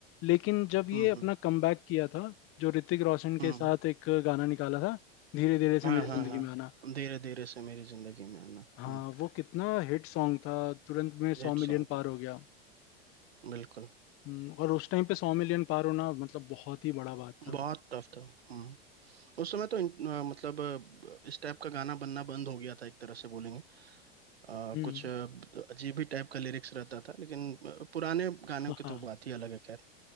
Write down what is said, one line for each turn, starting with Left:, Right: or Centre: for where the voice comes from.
Left: लेकिन जब ये
Right: हम्म
Left: अपना
Right: हम्म
Left: कमबैक किया था जो ऋतिक रोशन के
Right: हम्म,
Left: साथ एक गाना निकाला था धीरे धीरे से
Right: हाँ
Left: मेरी
Right: हाँ
Left: जिंदगी
Right: हाँ
Left: में आना
Right: धीरे धीरे से मेरी जिंदगी में आना
Left: हाँ
Right: हम्म
Left: वो कितना हिट सॉन्ग था तुरंत में सौ
Right: हिट
Left: मिलियन
Right: सॉन्ग
Left: पार
Right: था
Left: हो गया
Right: बिल्कुल
Left: हम्म, और उस टाइम पे सौ मिलियन पार होना मतलब बहुत ही बड़ा बात था
Right: बहुत
Left: वो
Right: टफ था हम्म उस समय तो इन- अ, मतलब अ, इस टाइप का गाना बनना बंद हो गया था एक तरह से बोलेंगे अ,
Left: हम्म
Right: कुछ अ, अजीब ही टाइप का लिरिक्स रहता था लेकिन अ, पुराने गानों
Left: <laughs>
Right: की
Left: हाँ
Right: तो बात ही अलग है खैर